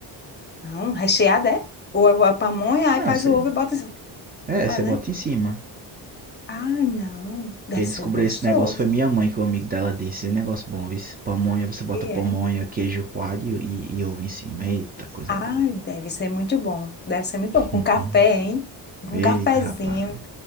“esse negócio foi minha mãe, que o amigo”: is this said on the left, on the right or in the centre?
Right